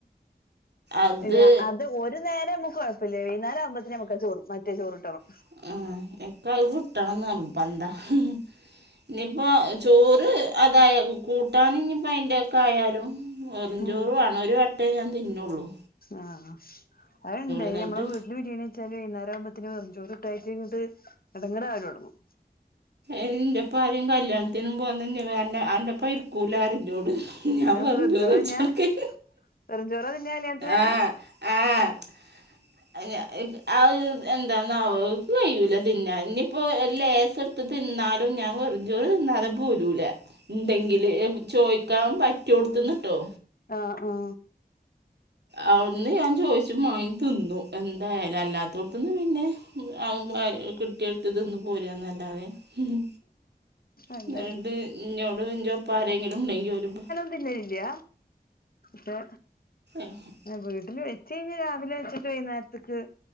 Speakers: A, on the right; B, on the left.
A: അത്
B: യാ അത് ഒരു നേരം അമ്മക്ക് കൊഴ്‌ പിള്ളര് വൈകുന്നേരം ആവുമ്പത്തേന് നമുക്ക് ആഹ് ചോറ് മറ്റേ ചോറ് കിട്ടണം.
A: ഉം <unintelligible> കിട്ടണന്ന് നിർബന്ധവാ. ഇനിയിപ്പൊ ചോറ് അതായത് കൂട്ടാന് ഇനിപ്പോ അതിൻ്റെയൊക്കെ ആയാലും വെറും
B: ഉം
A: ചോറും. ഇന്ന് ഒരു വട്ടവേ ഞാൻ തിന്നുയുള്ളൂ.
B: ആഹ് അത് എന്തേലും
A: എന്നിട്ട്
B: നമ്മടെ വീട്ടിക്ക്. ഇന്ന് ബിരിയാണി വെച്ചാലും വൈകുന്നേരാകുമ്പത്തേക്കും വെറും ചോറ് ഇട്ട് കഴിഞ്ഞിട്ട് ഇങ്ങട്ട് ഇടങ്ങാറ് ആവാല് തുടങ്ങും.
A: എന്ത്യ ഇപ്പൊ ആരെയും കല്യാണത്തിനും പോകുന്നെങ്കിൽ വേണ്ട എന്റെ ഒപ്പം. കുലാരം ചോറും ഞാൻ
B: അതെന്താ
A: വെറും
B: വെറുംചോറ്
A: ചോറ് വെച്ച്
B: തിന്നാ
A: കൊടുക്കും.
B: വെറുംചോറാ തിന്നാ കല്യാണത്തിനായ
A: ആഹ് ആഹ് അതിന് ഇങ്ങ്. അത് എന്താന്ന് ആവോ എനിക്ക് കഴിയൂല തിന്നാൻ, ഇനിയിപ്പോ ലേശം എടുത്തിട്ട്. തിന്നാലും ഞാൻ വെറും ചോറ് തിന്നാലും പോരുല്ല. ഉണ്ടെങ്കിൽ ചോദിക്കാൻ പറ്റിയോടുത്തുന്നുട്ടോ.
B: ആഹ് ആഹ്
A: അവിടുന്ന് ഞാൻ ചോദിച്ചു മാങ്ങി തിന്നും, എന്തായാലും അല്ലാത്തോടുത്തുന്ന പിന്നെ. അവന്മാര് കിട്ടിയെടുത്ത് തിന്ന് പോരുവന്നല്ലാതെ. ഉം
B: അല്ല
A: എന്നത് അത് ഇന്നോടും എന്റെ ഒപ്പം ആരെങ്കിലും ഉണ്ടെങ്കിൽ അവര് ഇപ്പൊ.
B: ഇതിൽ ഇല്ല, പക്ഷെ.
A: ആഹ്
B: വീട്ടില് വെച്ച് കഴിഞ്ഞാൽ രാവിലെ വെച്ചിട്ട് വൈകുന്നേരത്തേക്ക്